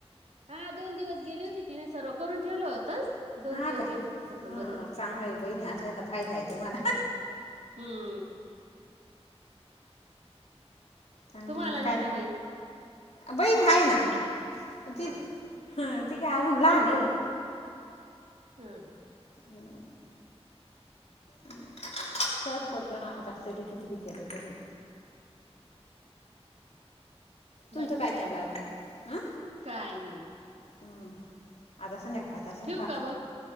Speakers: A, on the right; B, on the left.
A: हा दोन दिवस गेली होती तिने सर्व करून ठेवलं होतं. दोन
B: हा
A: दिवस
B: का हा
A: गेली होती फक्त मदत.
B: चांगलं आहे, बहिणी असल्याचा फायदा आहे तुम्हाला.
A: हम्म.
B: चांगले
A: तुम्हाला
B: मग काय.
A: नाही का बहीण
B: बहीण आहे ना. तीच
A: हा
B: हं ती काय अजून लहान आहे.
A: हम्म.
B: <inaudible> फरक पडतो ना. आता तरी किती बी केलं तरी.
A: <inaudible>
B: तुमचं
A: बाकी
B: काय चाललं
A: मग
B: आज? हं.
A: काय नाही मग
B: ह आता संध्याकाळचा स्वयंपाक.
A: ठेवू का मग